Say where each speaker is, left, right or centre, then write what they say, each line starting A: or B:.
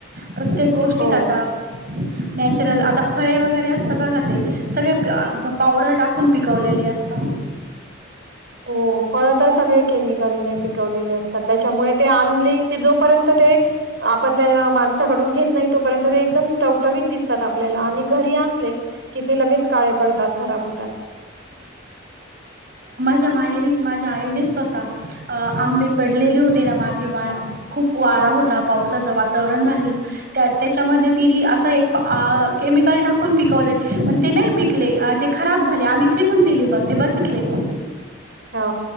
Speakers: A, on the right; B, on the right.
A: प्रत्येक गोष्टीत
B: हो
A: आता, नॅचरल आता फळे वगैरे असता बघा ते. सगळे पावडर टाकून पिकवलेले असता.
B: हो, फळ तर सगळे केमिकलने पिकवलेले असतात. त्याच्यामुळे, ते आणली की जोपर्यंत ते आपण त्या माणसाकडून घेत नाही तोपर्यंत ते एकदम टव टवीत दिसतं तात आपल्याला आणि घरी आणले की ते लगेच काळे पडतात. खराब होतात.
A: झ्या माहेरी माझ्या आईनेच स्वतः अ आंबे पडलेले होते ना. मागे वा खूप वारा होता पावसाचं वातावरण झालेलं. त्या त्याच्यामध्ये तिने असं एक केमिकल टाकून पिकवले. पण ते नाही पिकले ते खराब झाले. आम्ही फेकून दिले मग, ते बघितले.
B: हो.